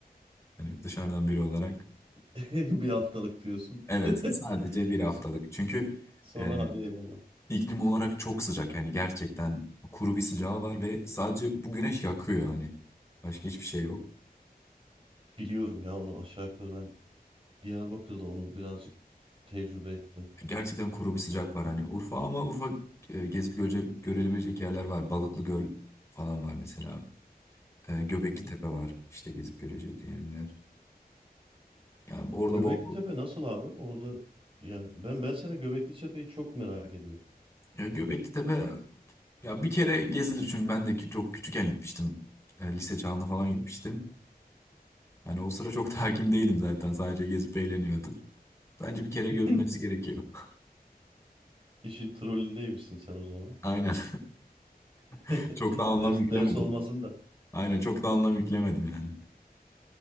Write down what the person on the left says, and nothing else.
Hani dışarıdan biri olarak.
Evet,
sadece bir haftalık.
Çünkü
e,
iklim olarak çok sıcak. Yani gerçekten kuru bir sıcağı var ve sadece bu güneş yakıyor hani. Başka hiçbir şey yok.
Gerçekten kuru bir sıcak var hani Urfa ama Urfa e, gezip görece, görülebilecek yerler var. Balıklı Göl falan var mesela. E, Göbekli
Tepe var. İşte gezip göreceğim yerler. Yani orada
bol
ya Göbekli Tepe Ya bir kere gezilir çünkü ben de kü- çok küçükken gitmiştim. E, Lise çağında falan
gitmiştim. Hani o sıra çok <laughs> da hakim değilim zaten. Sadece gezip eğleniyordum. Bence bir kere
görülmesi gerekiyor. <laughs>
Aynen.
<laughs> Çok da anlam
yüklemedim.
Aynen çok da anlam yüklemedim yani.